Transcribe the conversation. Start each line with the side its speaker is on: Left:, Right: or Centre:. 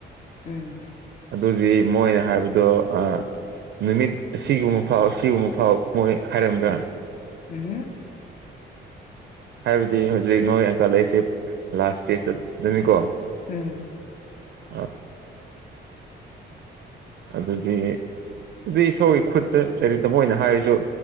Left: ꯎꯝ
Right: ꯑꯗꯨꯗꯤ ꯃꯣꯏꯅ ꯍꯥꯏꯕꯗꯣ ꯑꯥ ꯅꯨꯃꯤꯠ ꯑꯁꯤꯒꯨꯝꯕ ꯐꯥꯎ ꯁꯤꯒꯨꯝꯕ ꯐꯥꯎ ꯃꯣꯏ ꯍꯥꯏꯔꯝꯕ꯭ꯔꯥ?
Left: ꯎꯝ
Right: ꯍꯥꯏꯕꯗꯤ ꯍꯧꯖꯤꯛ ꯅꯣꯏ ꯑꯪꯀꯂꯛꯏꯁꯦ ꯂꯥꯁ ꯏꯁꯇꯦꯖꯇꯗꯅꯤꯀꯣ
Left: ꯎꯝ
Right: ꯑꯥ ꯑꯗꯨꯗꯤ ꯑꯗꯨꯗꯤ ꯏꯁꯣꯔꯒꯤ ꯈꯨꯠꯇ ꯂꯩꯔꯤꯇ ꯃꯣꯏꯅ ꯍꯥꯏꯔꯖꯨ